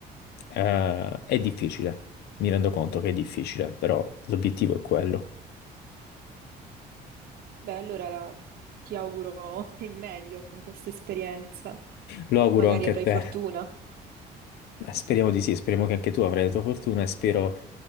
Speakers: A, on the left; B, on the right.
A: eh, è difficile, mi rendo conto che è difficile, però l'obiettivo è quello.
B: Beh, allora ti auguro il meglio con questa esperienza.
A: Lo auguro
B: Magari
A: anche
B: avrai
A: a te.
B: fortuna.
A: <laughs> Speriamo di sì, speriamo che anche tu avrai la tua fortuna e spero